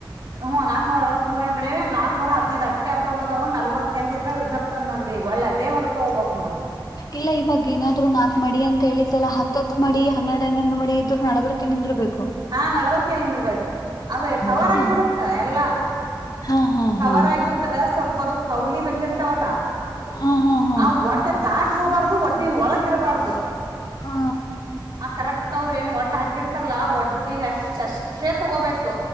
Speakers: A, on the right; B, on the left.
A: ಹ್ಮ್ ನಾಕ್ನೂರ ಅರವತ್ಮೂರು ಏನ್ಡೇವೆ ನಾಕ್ನೂರ ಹದಿನೈದ ಅಷ್ಟ ಅಪ್ರೂಲ್ದ್ ನವಲತುನೆಂಟು ರಿಜೆಕ್ಟ್ ನಂದ ಈ ಒಳ್ಳದೇ ಈಗ ಅದೇ ಹೊಲಕ್ಕೆ ಹೋಗ್ಬೆಕ್ ನೋಡ್.
B: ಇಲ್ಲ ಇವಾಗ ಏನಾದ್ರು ನಾಕ್ ಮಾಡಿ ಅಂತ ಹೇಳಿದ್ದಲ್ಲ ಹತ್ ಮಾಡಿ ಹನ್ನೆರಡು ಹನ್ನೆರಡ ಮಾಡಿ ಇದ್ರು. ಕ್ಕೆ ನಿಂದ್ರಬೇಕು.
A: ಹಾ ನೆಟ್ವರ್ಕ್ ನಿಂದಿರ್ಬೇಕು ಅದು
B: ಹೌದಾ
A: ಕವರ್ ಆಗಿಬಿಡುತ್ತ ಎಲ್ಲಾ.
B: ಹಾ ಹಾ
A: ಕವರ್
B: ಹಾ
A: ಆಗಿಬಿಡ್ತದ ಸ್ವಲ್ಪ ಅದು ಕೌಲಿ ಬಂದಿರ್ತಾವಲ್ಲ
B: ಹಾ ಹಾ
A: ಆ ಒಡ್ಡ ದಾಟ. ದಾಟು ಹೋಗಬಾರ್ದು ಒಡಿನ ಒಳಗು ಇರಬಾರ್ದು.
B: ಹಾ
A: ಆ ಕರೆಕ್ಟ್ ಅವ್ರ ಏನ್ ವಡ್ ಹಾಕಿರ್ತಾರಲ್ಲಾ ವಡ್ಡಿಗೆ ಹಚ್ಚಷ್ಟೇ ತಗೋಬೇಕು.